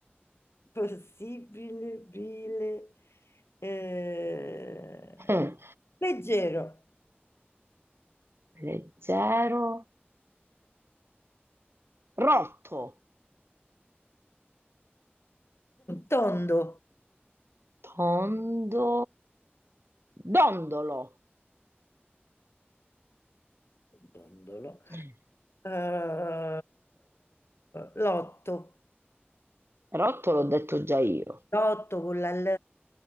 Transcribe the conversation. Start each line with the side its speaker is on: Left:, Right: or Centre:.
Left: possibile, bile, eh,
Right: Eh.
Left: leggero,
Right: Leggero. Rotto.
Left: tondo,
Right: Tondo. Dondolo.
Left: tondolo,
Right: Mm.
Left: Eh, l'otto,
Right: Rotto l'ho detto già io.
Left: l'otto con la L,